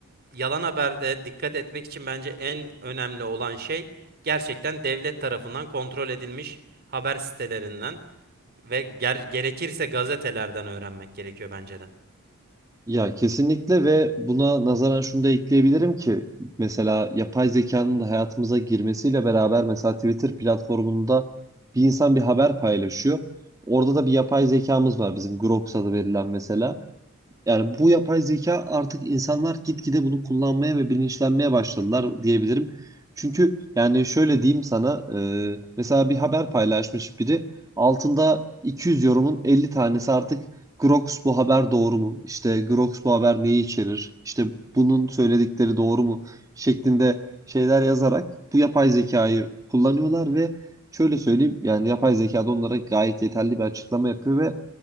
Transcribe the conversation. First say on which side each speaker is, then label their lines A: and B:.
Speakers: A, on the right; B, on the right.
A: yalan haberde dikkat etmek için bence en önemli olan şey gerçekten devlet tarafından kontrol edilmiş haber sitelerinden ve ger- gerekirse gazetelerden öğrenmek gerekiyor bence de.
B: Ya kesinlikle ve buna nazaran şunu da ekleyebilirim ki mesela yapay zekanın da hayatımıza girmesiyle beraber mesela Twitter platformunda bir insan bir haber paylaşıyor. Orada da bir yapay zekamız var bizim Grok adı verilen mesela. Yani bu yapay zeka artık insanlar gitgide bunu kullanmaya ve bilinçlenmeye başladılar diyebilirim. Çünkü yani şöyle diyeyim sana, e, mesela bir haber paylaşmış biri, altında 200 yorumun 50 tanesi artık Grox bu haber doğru mu? İşte Grox bu haber neyi içerir? İşte bunun söyledikleri doğru mu? şeklinde şeyler yazarak bu yapay zekayı kullanıyorlar ve şöyle söyleyeyim yani yapay zeka da onlara gayet yeterli bir açıklama yapıyor ve